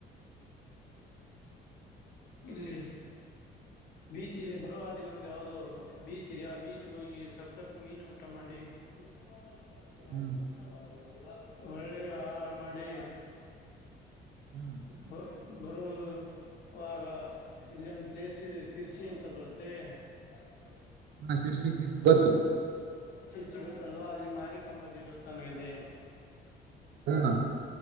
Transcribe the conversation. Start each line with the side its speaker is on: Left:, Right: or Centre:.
Left: ಇಲ್ಲಿ. ಬೀಚ ಇರೆ ಬ. ಬ ಅ ಒಂದ ಯಾವ್ದೋ ಬೀಚ್ ಇದೆ ಆ ಬೀಚ್ಗೆ ಹೋಗಿ ಸಖತ್ ಮೀನು ಊಟ ಮಾಡಿ. ಾತ್ ತರ
Right: ಹ್ಮ್
Left: ಬಂದ ರ ಒಳ್ಳೆ ಆಹಾರ ಮಾಡಿ.
Right: ಹ್ಮ್
Left: ಹ. ಬರೋ ಆಾಗ ಇಲ್ಲಿೊಂದು ಪ್ಲೇಸ್ ಇ. ತಿರ್ಚಿ ಅಂತ ಬರುತ್ತೆ. ಆಯ್ಕ.
Right: ಹಾ ಶರ್ಸಿ ಶರ್ಸಿ ಗೊತ್ತು.
Left: ಸಿ ಸಿಗುತ್ತಲ್ವಾ ಅಲ್ಲಿ ಮಾರಿಕಂಬ ದೇವಸ್ಥಾನ ಇದೆ.
Right: ಹ್ಮ ಹಾ